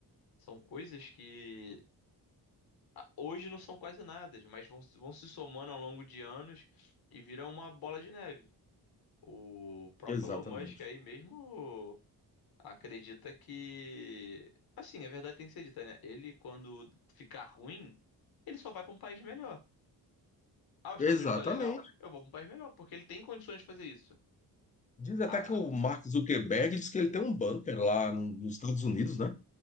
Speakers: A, on the left (about 65°); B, on the left (about 20°).
A: são coisas que ah, hoje não são quase nada, mas vão, se- vão se somando ao longo de anos e viram uma bola de neve. O próprio
B: exatamente.
A: Elon Musk aí mesmo. Acredita que. Assim, a verdade tem que ser dita, né? Ele, quando ficar ruim, ele só vai pra um país melhor. Ah, os
B: Exatamente.
A: Estados Unidos tá legal? Eu vou pra um país melhor, porque ele tem condições de fazer isso.
B: Diz até
A: A-
B: que o
A: a-
B: Mark Zuckerberg diz que ele tem um bunker lá no- nos Estados Unidos, né?